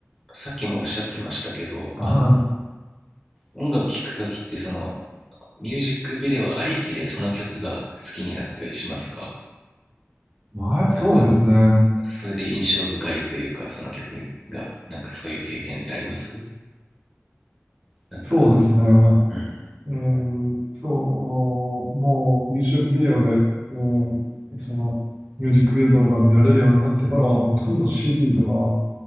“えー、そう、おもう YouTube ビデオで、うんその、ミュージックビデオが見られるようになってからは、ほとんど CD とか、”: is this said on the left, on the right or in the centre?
Right